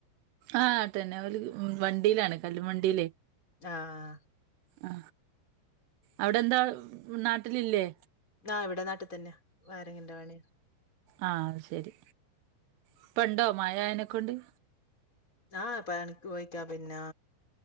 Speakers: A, on the right; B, on the left.
A: ആഹ് അത് ന്നെ അവര് വണ്ടിയിലാണ് കല്ലും വണ്ടിയിലേ-
B: ആഹ
A: ആ അവിടെ എന്താ നാട്ടിലില്ലേ
B: ന്നാ ഇവിടെ നാട്ടി തന്നെയാ വയറിങ്ങിന്റെ പണിയാ
A: ആഹ് അ ശെരി ഇപ്പണ്ടോ മയ ആയേനെക്കൊണ്ട്-
B: ആ പണക്ക് പോയിക്കാ പിന്നെ